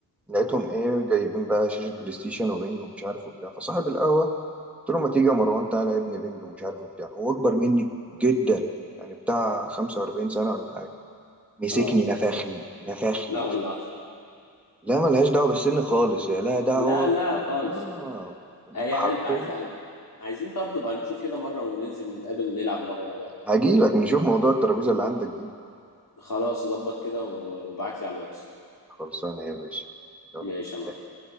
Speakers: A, in the centre; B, on the left (about 50°).
A: لقيتهم إيه جايبين بقى شاشة بلاي ستيشن وبنج ومش عارف وبتاع فصاحب القهوة قلت له ما تيجي يا مروان تعالى يا ابني بنج ومش عارف وبتاع هو أكبر مني جدا يعني بتاع 45 سنة ولا حاجة مسكني
B: اه
A: نفخني نفخني
B: لا والله
A: لا ملهاش دعوة بالسن خالص يا لا دعوة
B: لا لا
A: ب...
B: خالص
A: آه
B: هي
A: حرفيا
B: قلب عايزه قلب عايزين طب نبقى نشوف كده مره وننزل نتقابل نلعب مره مع بعض
A: هجيلك نشوف موضوع الترابيزة اللي عندك دي
B: خلاص ظبط كده و- وابعت لي على الواتس
A: خلصانة يا باشا يلا
B: ماشي يا معلم